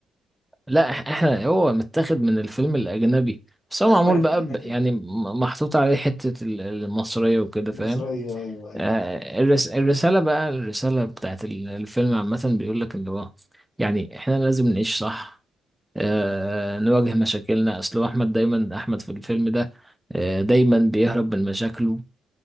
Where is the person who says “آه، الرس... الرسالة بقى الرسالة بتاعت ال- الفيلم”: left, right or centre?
Centre